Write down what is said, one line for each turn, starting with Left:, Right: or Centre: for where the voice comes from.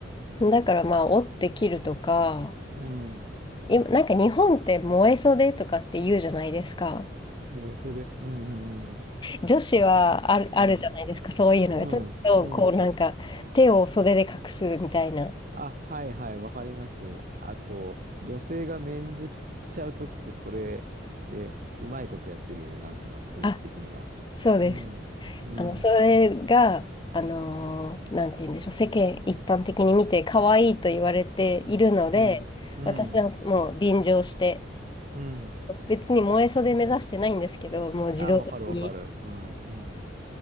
Left: ん。だからまあ、折って切るとか、
Right: うん。
Left: 今、なんか日本って燃え袖とかって言うじゃないですか。
Right: 燃えそうで。うんうん
Left: 女子はある、
Right: うん。
Left: あるじゃないですか。そういうのが。
Right: うん。
Left: ちょっとこうなんか手を袖で隠すみたいな。
Right: うん。うん。あ、はいはい、わかります。あと、女性がメンズ着ちゃうときってそれでうまいことやってるよね。なんとなく雰囲気的には。
Left: あ、そうです。
Right: うん。うん。
Left: あの、それが、あのーなんて言うんでしょう。世間一般的に見て可愛いと言われているので、
Right: うん。うん。
Left: 私はもう便乗して、
Right: うん。
Left: 別に萌え袖目指してないんですけど、もう自動的に、
Right: あ、わかるわかる。うん。うん。